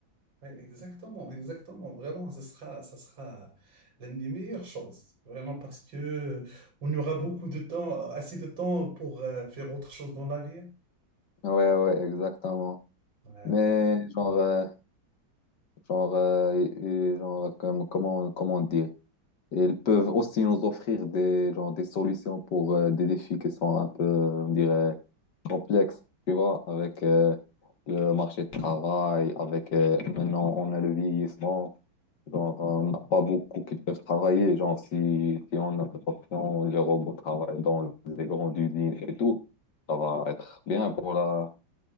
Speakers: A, on the right; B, on the left.
A: Ouais, exactement, exactement. Vraiment, ça sera, ça sera l'une des meilleures choses. Vraiment, parce que on aura beaucoup de temps, assez de temps pour euh, faire autre chose dans la vie. hein.
B: Ouais, ouais, exactement.
A: Ouais,
B: Mais
A: ouais.
B: genre, euh, genre, euh, et- et genre comme, comment, comment dire, ils peuvent aussi nous offrir des, genre, des solutions pour euh, des défis qui sont un peu, on dirait, complexes, tu vois, avec euh, le marché de travail, avec euh, maintenant on a le vieillissement, genre euh, on n'a pas beaucoup qui peuvent travailler, genre si, si on a cette option, les robots travaillent dans des grandes usines et tout, ça va être bien pour la,